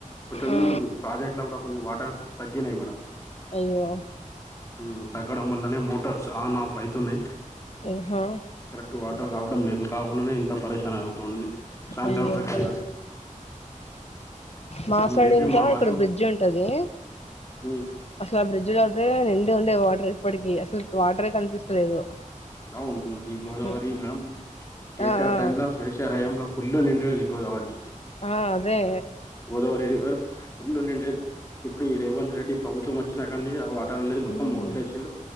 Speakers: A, on the left; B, on the left.
A: కొంచెం
B: ఆ
A: ప్రాజెక్ట్ లా కూడా కొన్ని వాటర్ తగ్గి తగ్గినయ్ మేడం
B: అయ్యో
A: ఉమ్ తగ్గడం వల్లనే మోటార్స్ ఆన్ ఆఫ్ అయితున్నాయి.
B: ఇహా
A: కరెక్ట్ వాటర్ రావడం లేదు కాకుండానే ఇంత పరిశాన అవుతుంది సాయంత్రం
B: అయ్యో
A: వరకే
B: మా సైడు
A: మేబీ
B: ఇంకా
A: మా వరకు
B: ఇక్కడ బ్రిడ్జ్ ఉంటది
A: ఉమ్
B: అసలు బ్రిడ్జ్ లో అడ్రే నిండి ఉండే వాటర్ ఇప్పటికీ అసలు వాటరే కనిపిస్తలేదు.
A: అవును అది గోదావరి
B: హ్మ్.
A: మేడం కేసీఆర్
B: ఆ ఆ
A: టైమ్ లో కేసీఆర్ హయాంలో ఫుల్ నిండేది గోదావరి
B: ఆ అదే
A: గోదావరి రివర్ ఫుల్ నిండేది ఇప్పుడు ఈ రేవంత్ రెడ్డి ప్రభుత్వం వచ్చినా కానీ ఆవ టర్ ఉండేది మొత్తం
B: ఉమ్
A: మోర్లు ఏసిండు